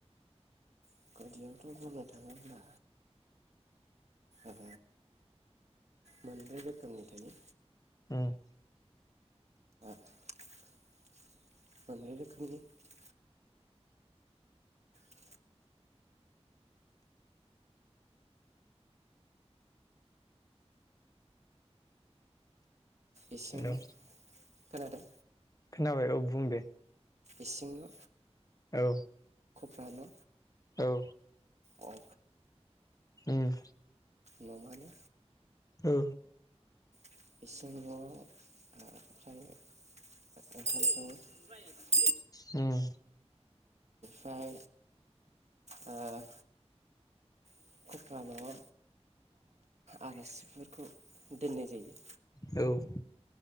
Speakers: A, on the right (about 80°); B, on the left (about 30°).
A: <unintelligible> यावथ' बुंनो थाङोब्ला, ओ मान दायन रोखोमनि थायो।
B: उम
A: <inaudible> <unintelligible> <inaudible> इसे
B: हेलौ
A: ना खोनादों?
B: खोनाबाय औ बुं दे।
A: इसिं न।
B: औ
A: फाल'
B: औ
A: औ
B: उम
A: न'मानि
B: औ
A: <inaudible> <unintelligible>
B: <inaudible> उम।
A: ओमफ्राय ओ <inaudible> जान' ओ आलासि फोरखौ दोननाय जायो।
B: औ।